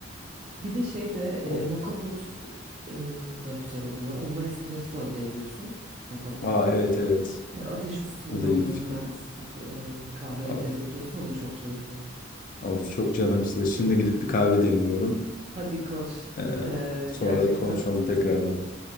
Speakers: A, on the right (about 35°); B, on the left (about 45°).
A: Bir de şey de e,
B: O,
A: moka pot e, da güzel oluyor. Onunla espresso elde ediyorsun moka potla.
B: aa evet evet.
A: E, ateş üstünde
B: O da
A: onu
B: iyi bir fikir.
A: hemen ısıtıp e, bir kahve elde
B: Of,
A: edebiliyorsun. O da çok keyifli.
B: of çok canım size. Şimdi gidip bir kahve demliyorum.
A: Hadi koş.
B: Ee,
A: Ee,
B: sonra
A: gerçekten
B: konuşalım tekrardan.